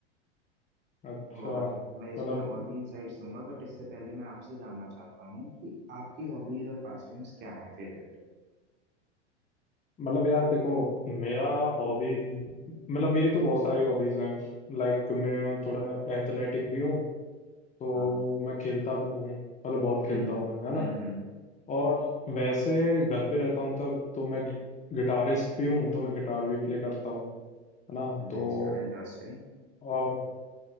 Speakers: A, on the left; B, on the right.
A: अच्छा
B: और मैं इसमें
A: मतलब
B: और भी इंसाइट्स दूंगा बट इससे पहले मैं आपसे जानना चाहता हूँ कि आपकी हॉबीज और पास टाइम्स क्या हैं फेवरेट
A: मतलब यार देखो मेरा हॉबीज मतलब मेरी तो बहुत सारी हॉबीज हैं लाइक मैं थोड़ा एथलेटिक भी हूँ तो
B: हाँ
A: मैं खेलता भी हूँ मतलब बहुत
B: Hmm
A: खेलता हूँ मैं है ना
B: hmm hmm
A: और वैसे घर पे रहता हूँ तब तो मैं गिटारिस्ट भी हूँ तो मैं गिटार भी प्ले करता हूँ है ना तो
B: नाइस यार इंटरेस्टिंग
A: और